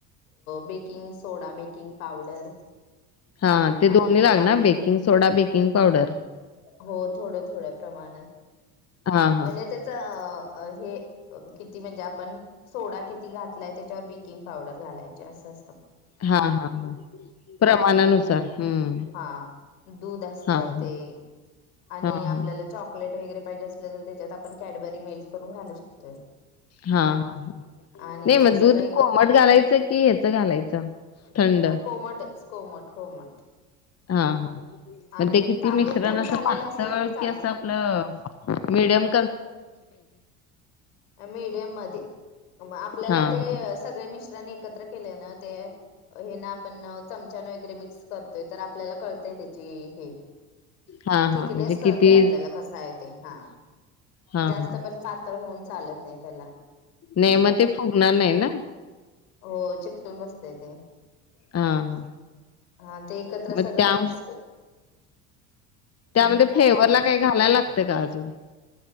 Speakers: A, on the left; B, on the left.
A: बेकिंग सोडा बेकिंग पावडर
B: हा ते
A: आणि
B: दोन्ही लागणार
A: आपल
B: बेकिंग सोडा बेकिंग पावडर
A: हो थोड्या थोड्या प्रमाणात
B: हा हा
A: म्हणजे त्याच हे किती म्हणजे आपण सोडा किती घातलाय त्याच्यावर बेकिंग पावडर घालायचे असं
B: हा हा हा प्रमाणानुसार
A: अं दू
B: हम्म
A: हा दूध असत
B: हा हा
A: ते आणि
B: हा हा
A: आपल्याला चॉकलेट वगैरे पाहिजे असलं तर त्याच्यात आपण कॅडबरी मेल्ट करून घालू शकतोय
B: हा हा ह
A: आणि
B: नाही
A: ते
B: मग
A: सगळं
B: दूध
A: एकत
B: कोमट घालायचं की ह्याचं घालायचं थंड
A: अ कोमटच कोमट कोमट
B: हा हा
A: आणि
B: मग किती
A: तापून
B: मिश्रण
A: थंड
B: अस
A: झालेलं
B: पातळ
A: असलं तरी चालते
B: कि अस आपलं मिडयम
A: मीडियम मध्ये आपल्याला
B: हा
A: ते
B: हा
A: सगळे मि एकत्र के ते आपण चमचा वगैरे मिक्स करतोय तर आपल्याला कळ त्याची हे
B: हा
A: थीकनेस
B: हा म्हणजे
A: कळतोय
B: किती
A: आपल्याला कस आहे ते हा
B: हा
A: जास्त
B: हा
A: पण पातळ होऊन चालत नाही त्याला
B: नाही मग ते फुगणार नाही ना
A: हो चिकटून बसतेय ते <unintelligible>
B: हा हा
A: हा ते एकत्र
B: मग
A: सगळं
B: त्या
A: मिक्स
B: त्यामध्ये
A: काय
B: फ्लेवरला काही घालायला लागत का अजून